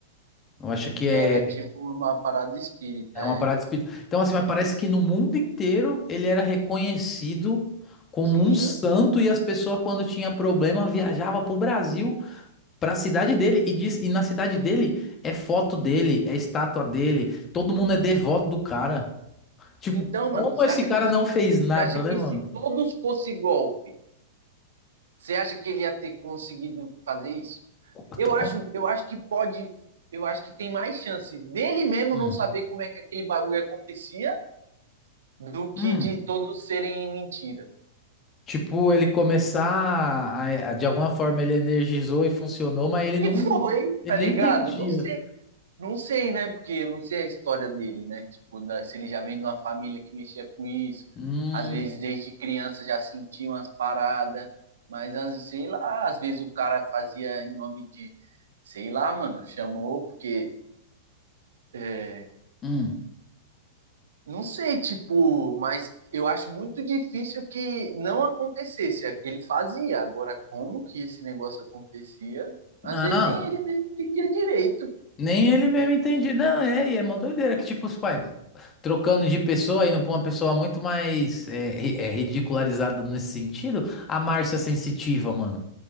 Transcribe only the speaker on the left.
Eu acho que é,
é uma
parada espírita. Então, assim, mas parece que no mundo inteiro ele era reconhecido como
um santo e as pessoas, quando tinha problema, viajavam pro Brasil, pra cidade dele. E, diz, e na cidade dele é foto dele, é estátua dele. Todo mundo é devoto do cara. Tipo,
como
esse
cara
não fez nada,
né,
mano?
Como-
Hum.
Hum.
Tipo, ele começar a- a- de alguma forma ele energizou e funcionou, mas ele não,
ele
nem entendia.
Hum,
hum.
Não,
nem ele mesmo entendia. Não, é, e é uma doideira que tipo os pais trocando de pessoa, indo pra uma pessoa muito mais é, ri- é, ridicularizada nesse sentido, a Márcia é sensitiva, mano.